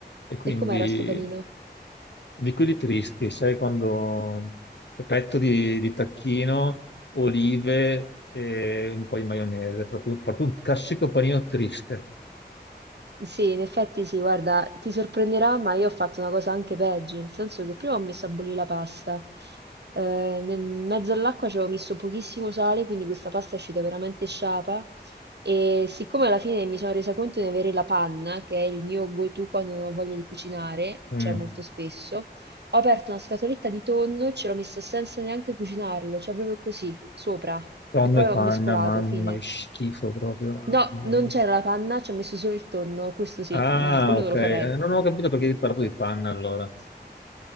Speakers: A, on the left (about 80°); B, on the right (about 70°).
A: E quindi
B: E com'era sto panino?
A: Di quelli tristi, sai quando petto di, di tacchino, olive e un po' di maionese, proprio, proprio un classico panino triste.
B: Sì, in effetti sì, guarda, ti sorprenderà, ma io ho fatto una cosa anche peggio, nel senso che prima ho messo a bollire la pasta, eh, nel in mezzo all'acqua ci avevo messo pochissimo sale, quindi questa pasta è uscita veramente sciapa e siccome alla fine mi sono resa conto di avere la panna, che è il mio go-to quando non ho voglia di cucinare,
A: Mm.
B: cioè molto spesso, ho aperto una scatoletta di tonno e ce l'ho messa senza neanche cucinarlo, cioè proprio così, sopra,
A: Tonno
B: e poi
A: e panna,
B: ho mescolato,
A: mamma,
B: fine.
A: che schifo proprio.
B: No,
A: mamma
B: non
A: mia.
B: c'era la panna, c'ho messo solo il tonno, questo sì,
A: Ah,
B: mhmm, quello
A: ok,
B: non lo
A: Eh,
B: farei.
A: non ho capito perché hai parlato di panna allora.